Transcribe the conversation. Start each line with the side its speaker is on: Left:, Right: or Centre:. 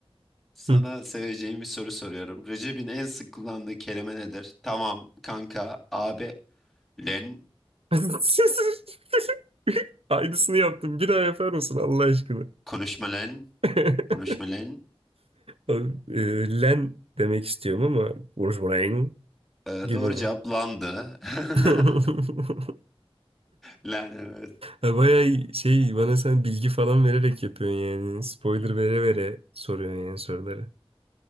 Centre: Sana
Right: Hı
Centre: seveceğim bir soru soruyorum. Recep'in en sık kullandığı kelime nedir? Tamam kanka, abi, len,
Right: <laughs> Aynısını yaptım. Bir daha yapar mısın Allah aşkına?
Centre: konuşma len,
Right: <laughs>
Centre: konuşma len.
Right: Abi, e, len demek istiyorum ama Wolverine
Centre: Ee,
Right: gibi
Centre: doğru
Right: mi?
Centre: cevap landı. <laughs>
Right: <laughs>
Centre: Len evet.
Right: Ha, Bayağı şey bana sen bilgi falan vererek yapıyorsun yani. Spoiler vere vere soruyorsun yani soruları.